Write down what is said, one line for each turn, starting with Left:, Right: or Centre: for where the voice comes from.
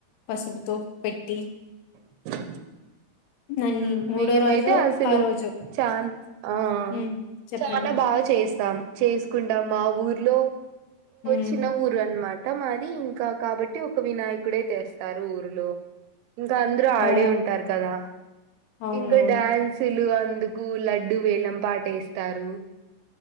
Left: పసుపుతో పెట్టి
Right: <inaudible>
Left: దాన్ని
Right: మ్!
Left: మూడో
Right: మేమైతే
Left: రోజు
Right: అసలు
Left: ఆ రోజు
Right: చాన్ ఆ
Left: ఉమ్ చెప్పండి
Right: చాలా బాగా చే చేస్తాం చేసుకుంటాం మా ఊర్లో
Left: ఉమ్
Right: చిన్న ఊరు అన్నమాట. మొత్తం మాది ఇంకా కాబట్టి ఒక వినాయకుడే తెస్తారు ఊర్లో. ఇంకా అందరుూ ఆడే
Left: ఓ
Right: ఉంటారు కదా
Left: అవునవును
Right: ఇంకా డాన్సులు లు అందుకు లడ్డు వేలం పాట వేస్తారు.